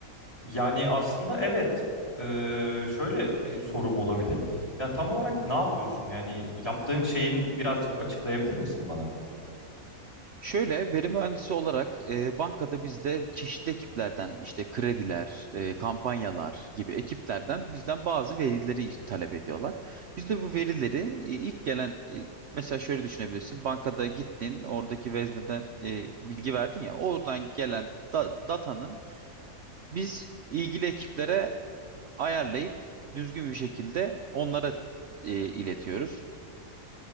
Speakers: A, on the left; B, on the right.
A: Yani aslında evet. Ee, şöyle bir sorum olabilir. Ya tam olarak ne yapıyorsun? Yani yaptığın şeyin birazcık açıklayabilir misin bana?
B: Şöyle veri mühendisi olarak e, bankada bizde çeşitli ekiplerden işte krediler, e, kampanyalar gibi ekiplerden bizden bazı verileri talep ediyorlar. Biz de bu verileri e, ilk gelen e, mesela şöyle düşünebilirsin. Bankada gittin oradaki vezneden e, bilgi verdin ya oradan gelen da- datanın biz ilgili ekiplere ayarlayıp düzgün bir şekilde onlara e, iletiyoruz.